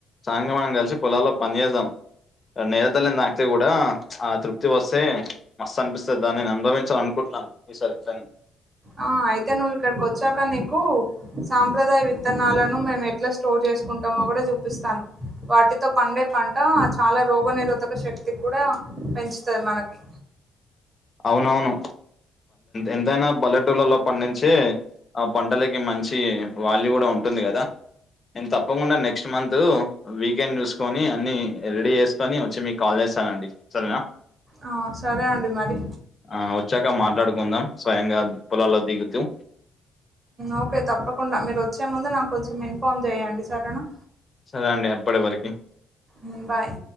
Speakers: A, on the left (about 35°); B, on the right (about 35°).
A: సాయంకాలం మనం కలిసి పొలాల్లో పనిచేద్దాం నేల తల్లిని దాకతే కూడా ఆ తృప్తి వస్తే మస్తు అనిపిస్తుంది దానిని అనుభవించాలి అనుకుంటున సారీ ఇట్లనే
B: ఆ అయితే నువ్వు ఇక్కడికి వచ్చాక నీకు సాంప్రదాయ విత్తనాలను మేము ఎట్లా స్టోర్ చేసుకుంటామో కూడా చూపిస్తాను వాటితో పండే పంట చాలా రోగ నిరోధక శక్తి కూడా పెంచుతది మనకి
A: అవునవును ఎంతైనా పల్లెటూళ్లలో పండించి ఆ పంటలకు మంచి వాల్యూ కూడా ఉంటుంది కదా నేను తప్పకుండా నెక్స్ట్ మంత్ వీకెండ్ చూసుకొని అన్ని రెడీ చేసుకుని వచ్చి మీ కాల్ చేస్తానండి సరేనా
B: ఆ సరే అండి మరి
A: ఆ వచ్చాక మాట్లాడుకుందాం స్వయంగా పొలాల్లో దిగుతూ
B: ఓకే తప్పకుండా మీరు వచ్చే ముందు నాకు కొంచెం ఇన్ఫార్మ్ చెయ్యండి సరేనా
A: సరే అండి అప్పటి వరకి
B: ఉమ్, బాయ్